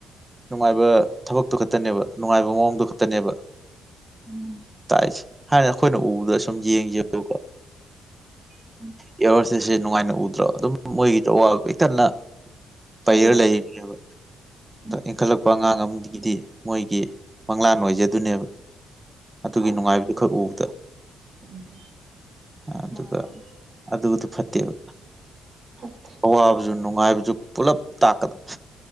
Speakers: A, on the right; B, on the right.
A: ꯅꯨꯡꯉꯥꯏꯕ ꯊꯕꯛꯇꯣ ꯈꯛꯇꯅꯦꯕ ꯅꯨꯡꯉꯥꯏꯕ ꯃꯑꯣꯡꯗꯨ ꯈꯛꯇꯅꯦꯕ
B: ꯎꯝ
A: ꯇꯥꯛꯢꯁꯦ ꯍꯥꯏꯅ ꯑꯩꯈꯣꯏꯅ ꯎꯕꯗ ꯁꯨꯝ ꯌꯦꯡꯖꯦꯕ
B: ꯎꯝ <inaudible>
A: ꯏꯌꯔꯁꯇꯦꯁꯦ ꯅꯨꯡꯉꯥꯏꯅ ꯎꯗ꯭ꯔꯣ ꯑꯗꯨꯝ ꯃꯣꯏꯒꯤꯗꯣ ꯑꯋꯥꯕ ꯄꯤꯊꯥꯟꯅ ꯄꯩꯔ
B: ꯂꯩꯔꯤꯅꯤ
A: ꯂꯩꯔꯤꯅꯦꯕ
B: ꯎꯝ
A: ꯢꯟꯈꯥꯠꯂꯛꯄ ꯑꯉꯥꯡ ꯑꯃꯒꯤꯗꯤ ꯃꯣꯏꯒꯤ ꯃꯪꯂꯥꯟ ꯑꯣꯏꯖꯗꯨꯢꯅꯦꯕ ꯑꯗꯨꯒꯤ
B: ꯍꯣꯏ
A: ꯅꯨꯡꯉꯥꯏꯕꯗꯨ ꯈꯛ ꯎꯕꯗ
B: ꯎꯝ
A: ꯑꯗꯨꯒ
B: ꯃꯥꯔꯣ
A: ꯑꯗꯨꯗꯨ ꯐꯠꯇꯦꯕ
B: ꯐꯠꯇꯦ
A: ꯑꯋꯥꯕꯁꯨ ꯅꯨꯡꯉꯥꯏꯕꯁꯨ ꯄꯨꯂꯞ ꯇꯥꯛꯀꯗꯕ